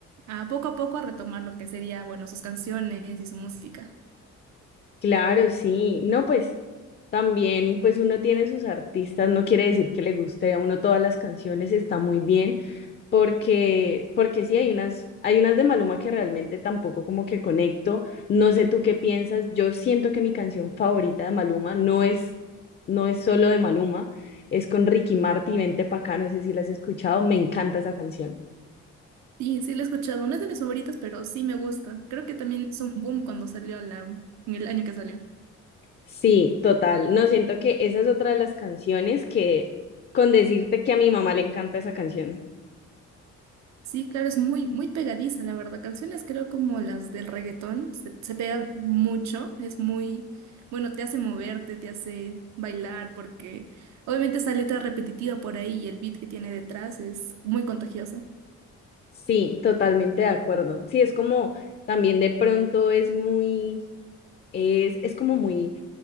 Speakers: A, on the right; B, on the left.
A: a poco a poco a retomar lo que sería, bueno, sus canciones y su música.
B: Claro, sí. No, pues también, pues uno tiene sus artistas, no quiere decir que le guste a uno todas las canciones, está muy bien, porque, porque sí, hay unas, hay unas de Maluma que realmente tampoco como que conecto. No sé tú qué piensas, yo siento que mi canción favorita de Maluma no es, no es solo de Maluma, es con Ricky Martin, Vente pa' acá, no sé si la has escuchado, me encanta esa canción.
A: Sí, sí la he escuchado, no es de mis favoritas, pero sí me gusta. Creo que también hizo un boom cuando salió la, en el año que salió.
B: Sí, total. No siento que esa es otra de las canciones que, con decirte que a mi mamá le encanta esa canción.
A: Sí, claro, es muy, muy pegadiza, la verdad. Canciones creo como las del reggaetón, se, se pegan mucho, es muy, bueno, te hace moverte, te hace bailar, porque obviamente esa letra repetitiva por ahí y el beat que tiene detrás es muy contagiosa.
B: Sí, totalmente de acuerdo. Sí, es como también de pronto es muy, es, es como muy